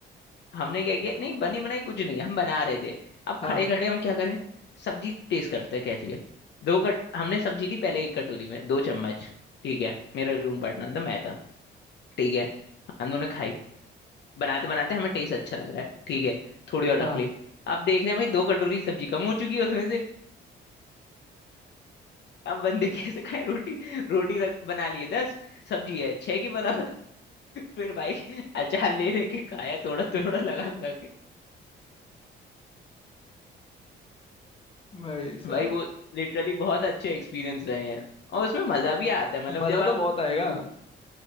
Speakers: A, on the left (about 60°); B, on the left (about 30°).
A: हमने क्या किया नहीं बनी बनाई कुछ नहीं हम बना रहे थे अब
B: हाँ
A: खड़े खड़े हम क्या करें सब्जी टेस्ट करते हैं कैसी है दो कट हमने सब्जी ली पहले एक कटोरी में दो चम्मच ठीक है मेरा रूम पार्टनर था मैं था ठीक है हम दोनों ने खाई बनाते बनाते हमें टेस्ट अच्छा लग रहा है ठीक है थोड़ी और
B: हाँ
A: रख ली अब देख रहे हैं भाई दो कटोरी सब्जी कम हो चुकी है उसमें से अब बंदे <laughs> कैसे खाए रोटी रोटी रख, बना लिए दस सब्जी है छह के बराबर फिर भाई अचार ले लेके खाया थोड़ा थोड़ा लगा लगा के
B: भाई साहब
A: भाई वो लिटरली बहुत अच्छे एक्सपीरियंस रहे हैं और उसमें मजा भी आता है मतलब
B: मजा
A: जब आप
B: तो बहुत आएगा
A: रूम